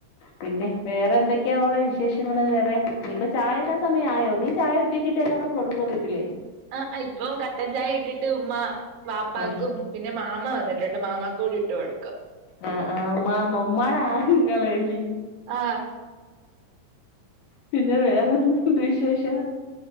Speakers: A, on the left (about 85°); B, on the right (about 60°).
A: പിന്നെ വേറെ എന്തൊക്കെയാ മോളെ വിശേഷങ്ങള് വേറെ നീയിപ്പ ചായയുടെ സമയം ആയോ നീ ചായ ഒറ്റ കിട്ടല്ല <unintelligible> കൊടുക്കോ വീട്ടില്
B: ആഹ് ആ ഇപ്പം കട്ടൻചായ ഇട്ടിട്ട് ഉമ്മാ വാപ്പാക്കും
A: ആഹ്
B: പിന്നെ മാമ വന്നിട്ടുണ്ട് മാമാക്കും കൂടി ഇട്ടു കൊടുക്കും
A: ആഹ് ആ ഉമ്മാമ ഉമ്മാടെ ആങ്ങളല്ലേ
B: ആഹ്
A: പിന്നെ വേറെന്ത്‌ണ്ട് വിശേഷം